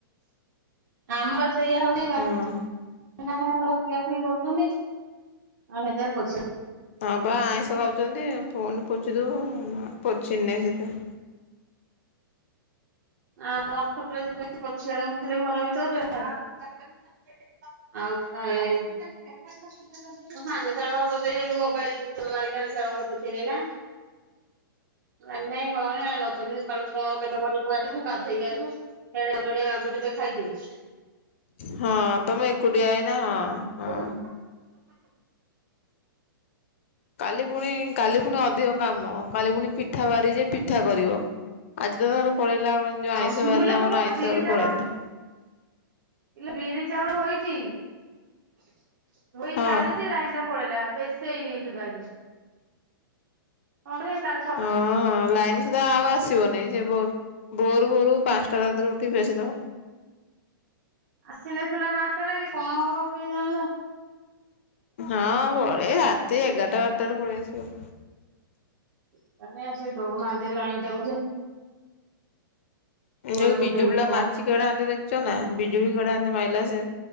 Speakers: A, on the right; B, on the left.
A: ଆମର ସେୟା ଏଇ ହଉନି ରାତ
B: ହଁ।
A: <unintelligible> ଖିଆ ଖୁଇ କରୁଛନ୍ତି ଆଉ ହେତି ପାଇ ପଚରିଲିନି।
B: ହଁ ବା ଆଇଁଷ ଖାଉଛନ୍ତି ପୁଣି ପୋଛି ଦବୁ ପୋଛିନି ସେଥି ପାଇଁ
A: ଆ <unintelligible> ଆଣି ଖାଲି ଘର ଭିତରେ ଆଉ ଥାଏ ହଁ ହାଣ୍ଡି ଶାଳ ଘର ପୋଛି ଦେଇ ମୋବାଇଲ ଦି ଥର ମାରିକି ହାଣ୍ଡି ଶାଳ ଘର ପୋଚିକିନା।
B: ହୁଁ <unintelligible>
A: ଅ ଆଜି ନାଇଁ କଣ <unintelligible> କଣ କେତେ କରିବୁ? କୁଆ ଆସିବୁ ଗାଧେଇକି ଆସିବୁ <unintelligible> ମାଗୁଥିବେ ଖାଇଦିଏ
B: ହଁ ତମେ ଏକକୁଟିଆ ଏଇନା ହଁ ହଁ।
A: ପୋଛିବୁ
B: କାଲି ପୁଣି କାଲି ପୁଣି ଅଧିକ କାମ କାଲି ପୁଣି ପିଠା ବାରି ଯେ ପିଠା କରିବ ଆଜି ତ ଧର ପଳେଇଲା ଯଉ
A: ହଁ
B: ଆଇଁଷ ବାରରେ
A: ମୁଁଲୋ
B: ଆମର
A: ମୁଁ
B: ଆଇଁଷ
A: ବିରି
B: ରେ
A: ଚାଉଳ
B: ପଳେଇଲା।
A: ଇଲୋ ବିରି ଚାଉଳ ଧୋଇଚି ଧୋଇ
B: ହଁ।
A: ସାରିଚି ଲାଇନ୍ ଟା ପଳେଇଲା ପେ ପେଇ ଦେଇଚୁ ତ ଆଜି <unintelligible>
B: ଓ ହଁ ଲାଇନ୍ ସୁଧା ଆଉ ଆସ ଆସିବ ନେହିଁ ସେ ଭୋରୁ ଭୋରୁ ପାଞ୍ଚଟା ରାତିରୁ ଉଠି ପେଶିଦବ।
A: ଆସିଲେ ସିନା ପାଞ୍ଚଟାରେ କି କଣ ହବ କିଏ ଜାଣିଲା।
B: ହଁ ପଳେଇ ରାତି ଏଗାରଟା ବାରଟାରେ ପଳେଇ ଆସିବ।
A: କାଇଁ ଆଉ ସେ ଦଉ ନାହାନ୍ତି ଲାଇନ୍ ଟା କୁ ଯେ ଶୋଇବୁ
B: ଯୋଉ ବିଜୁଳି
A: କେମିତି
B: ଲା
A: କଣ
B: ମାରିଚି
A: କରିବୁ
B: କେଡେ ହାନ୍ତେ ଦେଖ ଯା ଚନା ବିଜୁଳି କେଡେହାନ୍ତେ ମାଇଲା ସେ